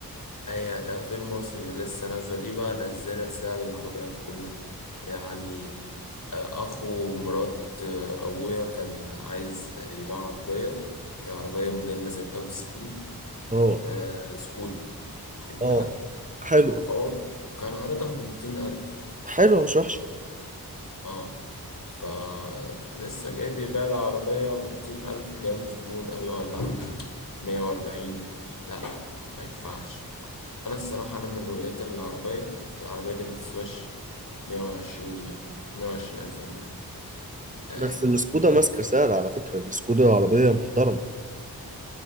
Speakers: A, on the left; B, on the right.
A: هي ده فيلم مصري لسه نازلة دي بقى نزلت سعر العربيات كلها يعني آه، أخو مرات آه، أبويا كان عايز يباع عربية هي عربية موديل ستة وتسعين
B: اه
A: آه، سكودا واخد
B: اه
A: بالك
B: حلوة
A: هو كان عرضها بميتين ألف
B: حلوة مش وحشة
A: اه فلسه جاي بيبيع العربية بميتين ألف جاله زبون قال له لا مية وأربعين لا ما ينفعش انا الصراحه انا من رؤيتي العربيه العربيه دي متسواش 120 جنيه 120 الف جنيه أه
B: بس السكودا ماسكة سعر على فكرة السكودا عربية محترمة